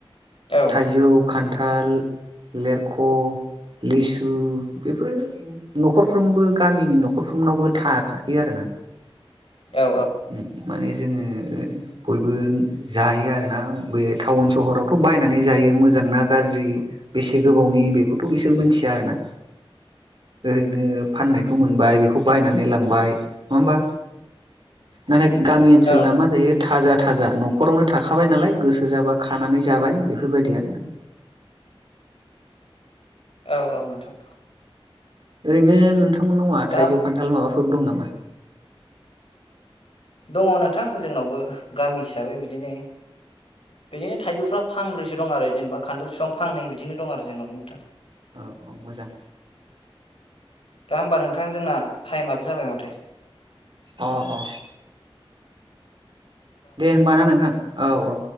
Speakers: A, on the left; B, on the right.
A: औ
B: थाइजौ खान्थाल लेरख' लिसु बेफोर न'खरफ्रोमबो गामिनि न'खरफ्रोमनावबो थाखा यो आरो ना
A: औ
B: उम माने जोङो बयबो जायो आरोना बे टाउन सहरावथ' बायनानै जायो मोजां ना गाज्रि बेसे गोबावनि बेखौथ' बिसोर मोनथिया आरोना ओरैनो फाननायखौ मोनबाय बेखौ बायनानै लांबाय नङा होमबा नाथाय गामि ओनसोलनाा
A: औ
B: मा
A: औ
B: जायो थाजा थाजा न'खरावनो थाखाबाय नालाय गोसो जाबा खानानै जाबाय बेफोरबायदि आरोना
A: औ औ नोंथां
B: ओरैनो नोंथां मोननावा
A: दा
B: थाइजौ खान्थाल माबाफोर दं नामा?
A: दङ नोंथां जोंनावबो गामि हिसाबै बिदिनो बिदिनो थाइजौफ्रा फांब्रैसो दं आरो जेनेबा खान्थाल बिफां फांनै बिदिनो दं आरो जोंनावो नोंथां
B: औ औ मोजां
A: दा होमबा नोंथां जोंना टाइमाबो जाबाय माथो
B: ओ ओ दे होमबा ना नोंथां औ औ